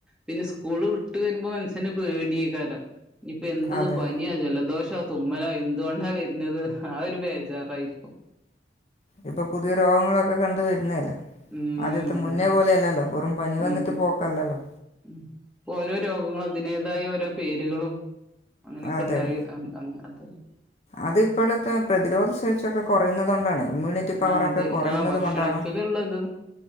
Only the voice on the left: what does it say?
അതെ
ഇപ്പൊ പുതിയ രോഗങ്ങളൊക്കെ കണ്ട് വര്ന്നതല്ലേ
ആദ്യത്തെ
മുന്നേ പോലെയല്ലല്ലോ വെറും പനി വന്നിട്ട്
പോക്കല്ലല്ലോ
അതെ
അത് ഇപ്പളത്തെ പ്രതിരോധശേഷിയൊക്കെ കൊറയ്ന്നതോണ്ടാണ്. ഇമ്മ്യൂണിറ്റി പവറൊക്കെ
കൊറയുന്നത്
കൊണ്ടാണ്